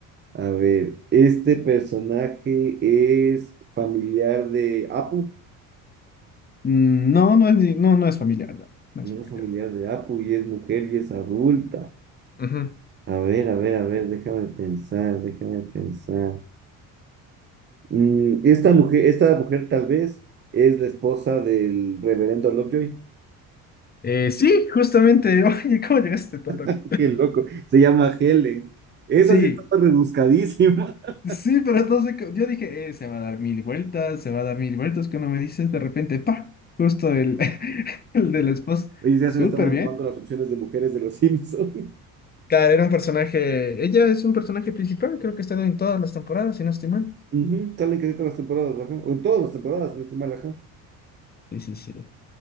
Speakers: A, on the right (about 30°); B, on the left (about 25°).
A: A ver, ¿este personaje es familiar de Apu?
B: Mm, No, no es, ni- no, no es familiar, no, no
A: No
B: es familiar.
A: es familiar de Apu y es mujer y es adulta.
B: Ujú.
A: A ver, a ver, a ver, déjame pensar, déjame pensar. Mm, esta mujer, esta mujer tal vez es la esposa del reverendo Lovejoy.
B: Eh, sí, justamente. <laughs> Oye, ¿cómo llegaste tan rápido?
A: <laughs> Qué loco. Se llama Helen. Esa
B: Sí,
A: sí estaba rebuscadísima. <laughs>
B: sí, pero no sé. cómo- Yo dije, eh, se va a dar mil vueltas, se va a dar mil vueltas. Cuando me dices de repente, pa, justo el, <laughs> el de la esposa.
A: Oye, ya
B: Súper
A: se me estaban acabando
B: bien.
A: las opciones de mujeres de los Simpsons. <laughs>
B: Claro, era un personaje. Ella es un personaje principal, creo que está en todas las temporadas, si no estoy mal.
A: Ujú, Salen casi todas las temporadas, ajá. O en todas las temporadas, si no estoy mal, ajá.
B: Sí, sí, sí.